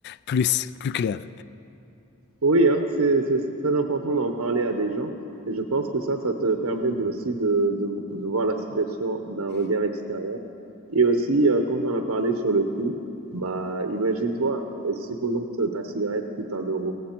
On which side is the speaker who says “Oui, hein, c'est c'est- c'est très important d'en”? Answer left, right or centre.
Right